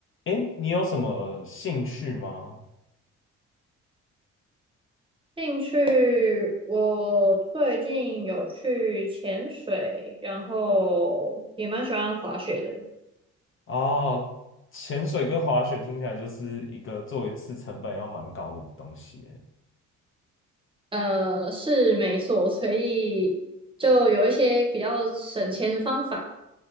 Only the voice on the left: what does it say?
诶，你有什么兴趣吗？
哦，潜水跟滑雪听起来就是一个做一次成本要蛮高的东西耶。